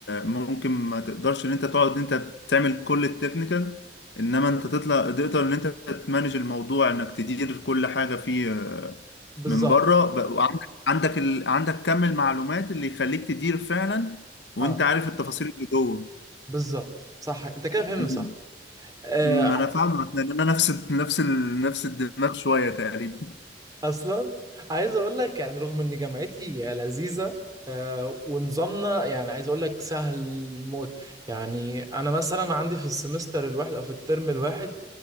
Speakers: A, on the left; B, on the right.
A: ممكن ما تقدرش ان انت تقعد ان انت تعمل كل التكنيكال انما انت تطلع تقدر ان انت تمانج الموضوع انك تدير كل حاجه فيه آه،
B: بالظبط
A: من بره ب- وعندك عندك ال... عندك كم المعلومات اللي يخليك تدير فعلا وانت
B: اه
A: عارف التفاصيل اللي جوه
B: بالظبط صح انت كده فهمت
A: م-
B: صح آه،
A: ما انا فاهمك لان انا نفس نفس ال... نفس الدماغ شويه تقريبا
B: اصلا عايز اقول لك يعني رغم ان جامعتي لذيذه آه، ونظامنا يعني عايز اقول لك سهل موت يعني انا مثلا عندي في السمستر الواحد او في الترم الواحد